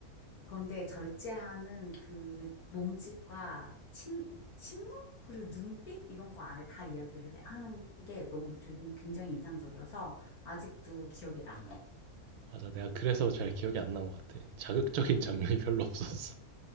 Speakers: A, on the left; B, on the right.
A: 그런데 절제하는 그 몸짓과 침, 침묵 그리고 눈빛 이런 거 안에 다 이야기를 해- 하는 게 너무 되게 굉장히 인상적이어서 아직도 기억에 남아.
B: 맞아. 내가 그래서 잘 기억이 안 난 것 같아. 자극적인 장면이 별로 없었어.